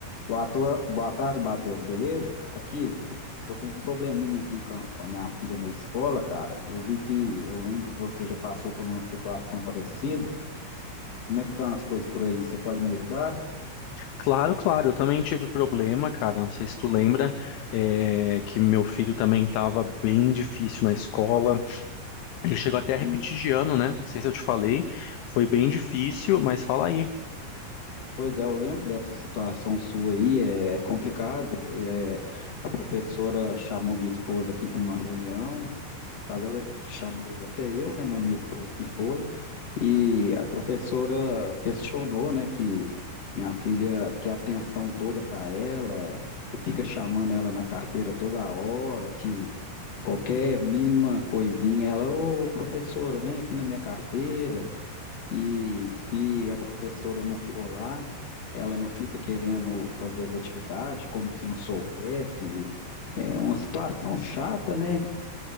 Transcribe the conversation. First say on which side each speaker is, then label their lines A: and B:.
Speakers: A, on the left; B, on the left.
A: Boa, tor- Boa tarde, Matheus, beleza? Aqui, tô com um probleminha aqui com a, com a minha filha na escola, cara. Eu vi que, eu lembro que você já passou por uma situação parecida. Como é que estão as coisas por aí? Você pode me ajudar?
B: Claro, claro. Eu também tive problema, cara. Não sei se tu lembra, é, que meu filho também estava bem difícil na escola. Ele chegou até a repetir
A: Um
B: de ano, né? Não sei se eu te falei. Foi bem difícil, mas fala aí.
A: Pois é, eu lembro dessa situação sua aí, é é complicado. é, a professora chamou minha esposa aqui para uma reunião, no caso ela chamou até eu, né, mas minha esposa que foi, e a professora questionou, né, que minha filha quer atenção toda para ela, fica chamando ela na carteira toda hora, que qualquer mínima coisinha ela, ô professora, vem aqui na minha carteira. E se a professora não for lá, ela não fica querendo fazer as atividades como se não soubesse. É uma situação chata, né?